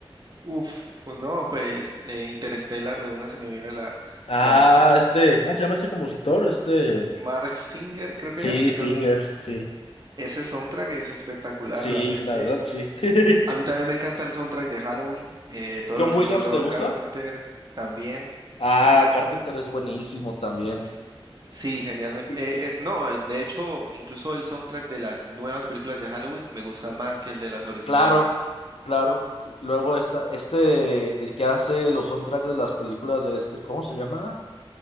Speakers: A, on the right (about 45°); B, on the left (about 80°).
A: Uf, pues no, pues eh, Interstellar de una se me viene a la,
B: Ah,
A: a la mente.
B: este, ¿cómo se llama este compositor? Este,
A: Mark Singer, creo
B: sí,
A: que era. No,
B: Singer, sí.
A: ese soundtrack es espectacular,
B: Sí,
A: realmente.
B: la verdad, sí. <laughs>
A: A mí también me encanta el soundtrack de Halloween, eh, todo
B: John
A: lo que
B: Williams,
A: hizo John
B: ¿te gusta?
A: Carpenter también.
B: Ah, Carpenter es buenísimo también.
A: S- Sí, genialmente.
B: Y,
A: Eh, es, no, eh, de hecho, incluso el soundtrack de las nuevas películas de Halloween me gusta más que el de las originales.
B: Claro, claro. Luego esta, este, el que hace los soundtracks de las películas de este, ¿cómo se llama?